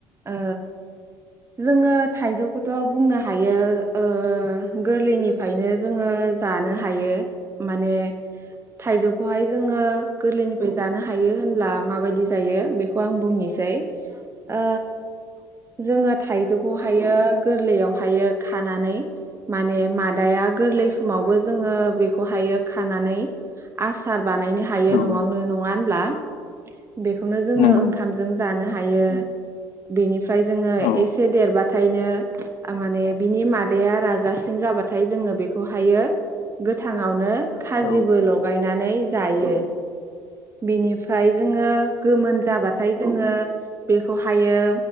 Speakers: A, on the right (about 25°); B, on the left (about 65°).
A: ओ जोङो थाइजौखौथ' बुंनो हायो ओ गोरलैनिफ्रायनो जोङो जानो हायो माने थाइजौखौहाय जोङो गोरलैनिफ्राय जानो हायो होनब्ला माबायदि जायो बेखौ आं बुनि इसे ओ जोङो <inaudible> थाइजौखौ हायो गोरलैयाव हाययो खानानै माने मादाया गोरलै समावबो जोंङो बेखौहायो खानानै आसार बानायनो हायो
B: औ
A: नआवनो नङा ब्ला <inaudible> बेखौनो जोंङो
B: नंगौ
A: ओंखाम जानो हायो बिनिफ्राय जोंङो
B: औ
A: एसे देरबाथायनो माने बिनि मादाया राजासिम जाबाथाय जोंङो बेखौहाययो गोथाङावनो खाजिबो
B: औ
A: लगायनानै जायो बिनिफ्राय जोंङो गोमोन जाबा थाय जोंङो बेखौहाययो